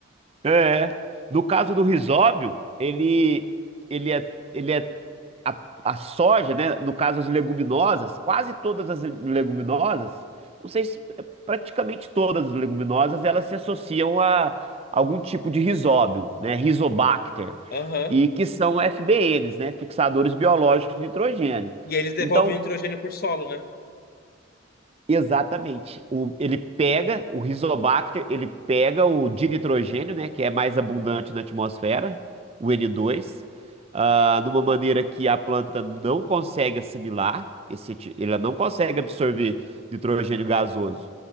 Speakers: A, on the right; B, on the left.
A: É. No caso do risóbio, ele, ele é, ele é a, a soja, né? No caso, as leguminosas, quase todas as leguminosas, não sei se é, praticamente todas as leguminosas, elas se associam a algum tipo de risóbio, né? Rizobacter,
B: Aham.
A: e que são FBNs, né? Fixadores biológicos de nitrogênio.
B: E aí eles devolvem
A: Então,
B: o nitrogênio por solo, né?
A: Exatamente. O- ele pega o Rizobacter, ele pega o dinitrogênio, né, que é mais abundante na atmosfera, o N2, ah, de uma maneira que a planta não consegue assimilar, esse, ti- ela não consegue absorver nitrogênio gasoso.